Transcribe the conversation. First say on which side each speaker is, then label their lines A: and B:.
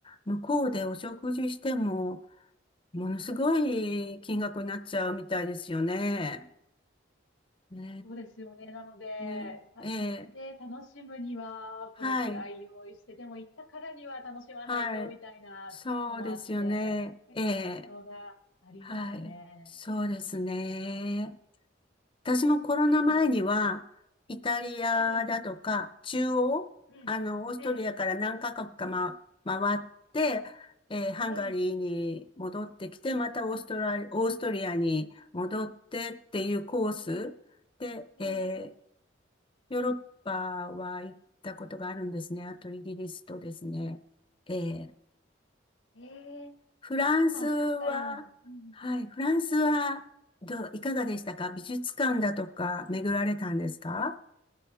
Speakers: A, on the left (about 25°); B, on the left (about 85°).
A: 向こうでお食事しても、ものすごい金額になっちゃうみたいですよね。ね
B: そうですよね。なので、
A: え、ねえ、
B: あ行って楽しむには、
A: ええ、はい、
B: これくらい用意して、でも行ったからには楽しまないと、
A: はい、
B: みたいなのもあって、
A: そうですよね。
B: 結構葛藤がありますね。
A: ええ、はい、そうですね。私もコロナ前には、
B: うん
A: イタリアだとか、
B: ええ
A: 中央、
B: うん、
A: あの、オーストリアから何カ国か、
B: ええ、
A: ま、回って、えーハンガリーに戻ってきて、
B: え
A: またオーストラリ、オーストリアに戻ってっていうコースで、
B: え、ええ、
A: え
B: ええ、
A: ヨーロッパは行ったことがあるんですね。あとイギリスとですね。えー
B: ええ
A: フランスは、
B: 今おっしゃったような。うん
A: はい、フランスはどう、いかがでしたか美術館だとか巡られたんですか